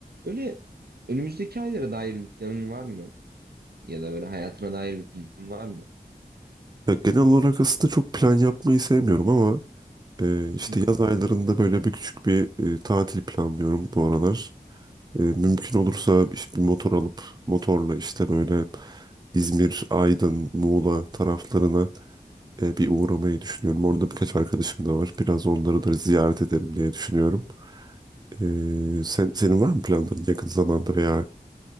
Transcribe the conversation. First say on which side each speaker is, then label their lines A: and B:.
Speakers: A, on the right; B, on the right.
A: Öyle önümüzdeki aylara dair bir planın var mı? Ya da böyle hayatına dair bir planın var mı?
B: Ya genel olarak aslında çok plan yapmayı sevmiyorum ama e, işte
A: Hı.
B: yaz aylarında böyle bir küçük bir e, tatil planlıyorum bu aralar. E, mümkün olursa işte bir motor alıp motorla işte böyle İzmir, Aydın, Muğla taraflarına e, bir uğramayı düşünüyorum. Orada birkaç arkadaşım da var. Biraz onları da ziyaret ederim diye düşünüyorum. E, sen, senin var mı planların yakın zamanda veya